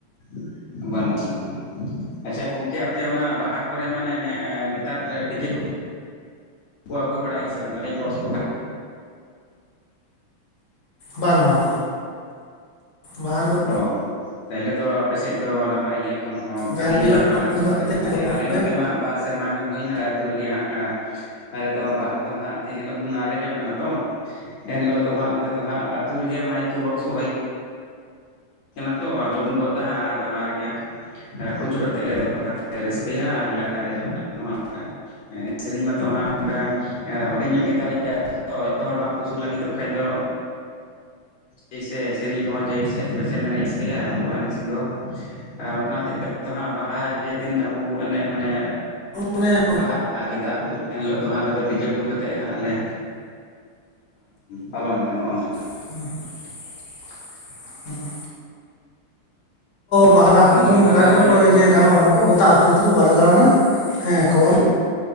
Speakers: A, on the left; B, on the left.
A: <inaudible> ᱵᱟᱹᱱᱩᱜᱼᱟ᱾ ᱵᱟᱹᱱᱩᱜᱼᱟ᱾ ᱟᱪᱪᱷᱟ ᱜᱚᱝᱠᱮ ᱟᱯᱮ ᱚᱱᱟ ᱵᱟᱦᱟ ᱠᱚᱨᱮ ᱢᱟᱱᱮ ᱱᱮᱛᱟᱨ ᱰᱤᱡᱮ ᱠᱚ ᱩᱱ ᱠᱚ ᱵᱟᱲᱟᱭ ᱥᱮ ᱵᱟᱝ ᱟᱹᱰᱤ ᱵᱚᱠᱥ ᱠᱚ
B: ᱵᱟᱹᱱᱩᱜᱼᱟ, ᱵᱟᱦᱟ ᱨᱮ ᱫᱚ
A: ᱚ ᱛᱟᱦᱚᱞᱮ ᱫᱚ ᱟᱯᱮ ᱥᱮᱫ ᱫᱚ ᱱᱟᱯᱟᱭ ᱜᱮ ᱮᱠᱷᱚᱱ ᱦᱚᱸ ᱵᱷᱟᱜᱮ
B: ᱡᱟ ᱦᱩᱭᱩᱜᱼᱟ
A: ᱡᱟᱦᱟᱸ
B: ᱴᱟᱢᱟᱠ
A: ᱞᱟᱠᱪᱟᱨ
B: ᱛᱩᱢᱫᱟᱜ
A: ᱧᱚᱜ ᱨᱮᱜᱮ
B: ᱟᱛᱮ
A: ᱢᱮᱱᱟᱜ
B: ᱫᱚᱱ
A: ᱟᱞᱮ ᱱᱚᱛᱮ
B: ᱯᱮ
A: ᱢᱟ ᱵᱟᱨ ᱥᱮᱨᱢᱟᱜᱟᱱ ᱦᱩᱭᱱᱟ ᱟᱹᱛᱩ ᱨᱮᱜᱮ ᱦᱟᱸᱜ- ᱟᱞᱮ ᱫᱚ ᱵᱟᱦᱟ ᱨᱮ ᱫᱚ ᱦᱟᱸᱜ ᱡᱮ ᱦᱤᱞᱳᱜ ᱵᱚᱱ ᱟᱨᱮᱡᱚᱜ ᱠᱟᱱᱟ ᱛᱚ ᱮᱱᱦᱤᱞᱳᱜ ᱫᱚ ᱦᱟᱸᱜ ᱱᱚᱛᱮ ᱫᱚ ᱦᱟᱸᱜ ᱟᱹᱛᱩ ᱨᱮᱜᱮ ᱢᱟᱭᱤᱠ ᱠᱚ ᱵᱚᱠᱥ ᱠᱚ ᱦᱩᱭ ᱠᱟᱱᱟ ᱛᱚ ᱟᱫᱚᱮ ᱩᱰᱜᱚᱜᱫᱟ ᱦᱟᱸ ᱟᱨ ᱚᱱᱟ ᱨᱮᱜᱮ ᱦᱟᱸᱜ ᱠᱩᱪᱩᱨ ᱟᱛᱮᱫ ᱞᱮ ᱫᱚ ᱠᱟᱛᱮᱮᱫ ᱞᱮ ᱨᱟᱹᱥᱠᱟᱹᱜᱼᱟ᱾ ᱟᱨᱞᱮ ᱟᱨᱮᱡᱚᱜ ᱠᱟᱱᱟ ᱱᱚᱜᱼᱚ ᱱᱚᱝᱠᱟ ᱮᱱᱮᱡ ᱥᱮᱨᱮᱧ ᱢᱟᱛᱚ ᱦᱟᱸᱜ ᱚᱱᱠᱟ ᱦᱩᱰᱤᱧᱚᱜ ᱜᱮᱛᱟᱞᱮᱭᱟ ᱟᱹᱛᱚ ᱡᱚᱛᱚ ᱦᱚᱲ ᱵᱟᱝᱠᱚ ᱥᱩᱨ ᱞᱟᱹᱜᱤᱫᱚᱜ ᱠᱷᱟᱱ ᱫᱚ <unintelligible> ᱥᱮᱨᱮᱧ ᱠᱚᱦᱚᱸ ᱪᱚᱭᱮᱥ ᱥᱮ ᱛᱚᱵᱮ ᱥᱮᱢ ᱮᱱᱮᱡ ᱨᱥᱠᱟᱹᱭᱟ ᱟᱵᱚᱣᱟᱜ ᱮᱱᱮᱡ ᱥᱮᱨᱮᱧ ᱫᱚ ᱟᱨ ᱚᱱᱟ ᱦᱚᱛᱮᱫ ᱛᱮ ᱫᱚ ᱦᱟᱸᱜ ᱵᱟᱦᱟ ᱡᱮᱫᱤᱱ ᱟᱵᱚ ᱮᱱᱮᱡ ᱢᱟᱱᱮ
B: ᱢᱟᱱᱮ
A: ᱵᱟᱦᱟ ᱠᱤ ᱫᱟᱜ ᱫᱩᱞ ᱮᱱᱦᱤᱞᱚᱜ ᱫᱚ ᱦᱟᱸᱜ ᱟᱞᱮᱫ ᱫᱚ ᱰᱤᱡᱮ ᱰᱩᱝ ᱠᱟᱛᱮᱫ ᱦᱟᱸᱜ ᱞᱮ ᱯᱟᱞᱚᱱ ᱮᱫᱟ ᱱᱚᱜᱼᱚ ᱱᱚᱝᱠᱟ᱾
B: <inaudible> ᱵᱟᱦᱟ
A: ᱟᱫᱚ
B: ᱫᱟᱜ
A: ᱱᱚᱜᱼᱚ
B: ᱠᱚᱫᱚ ᱱᱚᱝᱠᱟ
A: ᱵᱟᱹᱭ
B: ᱜᱮ
A: ᱵᱟᱹᱭ
B: ᱚᱠᱚᱭ
A: ᱟᱵᱚᱣᱟᱜ
B: ᱡᱮ
A: ᱦᱟᱸᱜ
B: ᱜᱟᱱᱚᱜ ᱦᱚᱲ ᱜᱚᱴᱟ ᱟᱹᱛᱩ - ᱟᱹᱛᱩ ᱨᱮ ᱵᱟᱞᱮ ᱫᱟᱬᱟᱱᱟ ᱾ ᱦᱮᱸ ᱠᱷᱚᱵᱚᱨ
A: ᱦᱩᱸ